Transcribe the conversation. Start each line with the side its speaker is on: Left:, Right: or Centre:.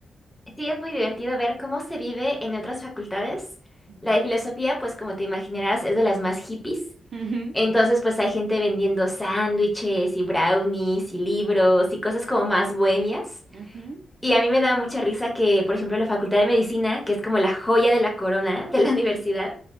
Centre: Sí, es muy divertido ver cómo se vive en otras facultades.
Right: Ujú.
Centre: La de filosofía, pues como te imaginarás, es de las más hippies.
Right: Ujú,
Centre: Entonces, pues hay gente vendiendo sándwiches y brownies y libros y cosas como más bohemias.
Right: ujú,
Centre: Y a mí me da mucha risa que, por ejemplo, la Facultad de Medicina, que es como la joya de la corona de la <laughs> universidad,